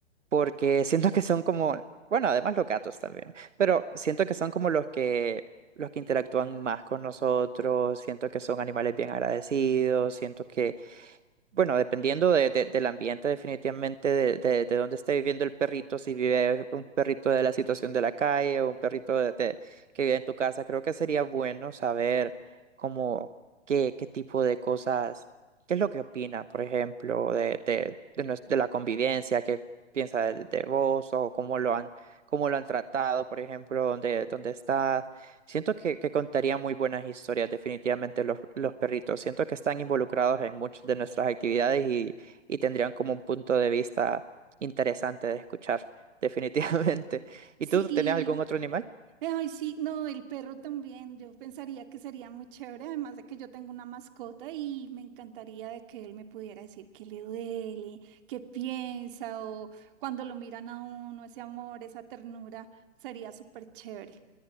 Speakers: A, on the right; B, on the right.
A: porque siento que son como, bueno, además los gatos también, pero siento que son como los que, los que interactúan más con nosotros, siento que son animales bien agradecidos, siento que bueno, dependiendo de, de- del ambiente, definitivamente de, de, de dónde esté viviendo el perrito, si vive un perrito de la situación de la calle o un perrito de, de- que vive en tu casa, creo que sería bueno saber cómo, qué, qué tipo de cosas, qué es lo que opina, por ejemplo, de, de, de, nues- de la convivencia, qué piensa de, de vos o cómo lo han, cómo lo han tratado, por ejemplo, dónde, dónde está. Siento que, que contaría muy buenas historias, definitivamente los, los perritos. Siento que están involucrados en muchas de nuestras actividades y, y tendrían como un punto de vista interesante de escuchar, definitivamente. <laughs>
B: Sí,
A: ¿Y tú tenías algún otro animal?
B: Ay, sí, no, el perro también. Yo pensaría que sería muy chévere, además de que yo tengo una mascota y me encantaría de que él me pudiera decir qué le duele, qué piensa o cuando lo miran a uno, ese amor, esa ternura, sería súper chévere.